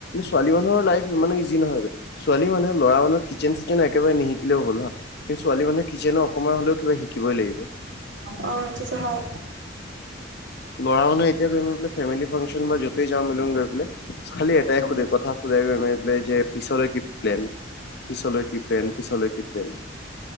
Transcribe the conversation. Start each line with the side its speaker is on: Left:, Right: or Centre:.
Left: ছোৱালী মানুহৰ লাইফ ইমানো ইজি নহয় ছোৱালী মানুহে ল'ৰা মানুহৰ। কিচেন চিচেন একেবাৰে নিশিকিলেও হল হা কিন্তু ছোৱালী মানুহে কিচেনৰ অকমান হলেও কিবা শিকিবই লাগিব।
Right: অ, সেইটোটো হয়।
Left: ল'ৰা মানুহ এতিয়া গৈ ফেমিলি ফাংচন য'তে যাও মিল গৈ পেলাই। খালি এটাই
Right: উম
Left: সোধে কথা সুধে যে পিছলৈ কি প্লেন-পিছলৈ কি প্লেন পিছলৈ কি প্লেন?